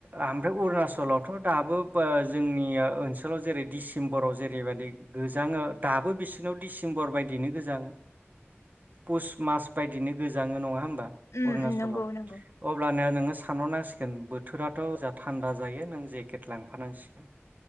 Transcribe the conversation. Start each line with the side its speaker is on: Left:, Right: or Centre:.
Right: आ-ओमफ्राय उरना
Left: औ
Right: चलावथ' दाबो जोंनिया ओनसोलाव जेरै डिसेम्बराव जेरैबायाददि गोजाङो दाबो बिसिोरनाव डिसेम्बर बायदिनो गोजाङो पुस मास बायदिनो गोजाङो नङा होमब बा
Left: उम
Right: अरुणाचलाव
Left: उम नंगौ नंगौ
Right: अब्लाना नों नो सानहरनांसिगोन बोथोराथ' जा थानदा । जायो नों जेकेट लांफानांसिगोन।